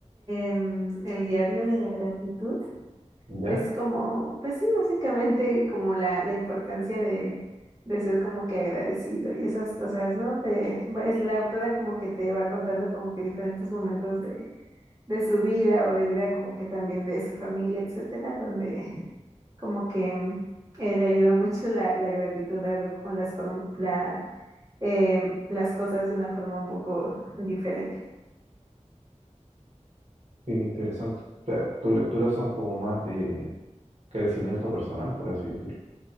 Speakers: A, on the right (about 25°); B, on the right (about 60°).
A: em, El diario de la gratitud.
B: Ya,
A: Es como, pues sí, básicamente como la, la importancia de, de ser como que agradecido y esas cosas, ¿no? Te, va- es la autora como que te va contando como que diferentes momentos de su vida o de vida como que también de su familia, etcétera, donde como que mm, eh, le ayudó mucho la, la gratitud a ver como las, form- la, em, las cosas de una forma un poco diferente.
B: qué interesante. O sea, tus lecturas son como más de crecimiento personal, por así decirlo.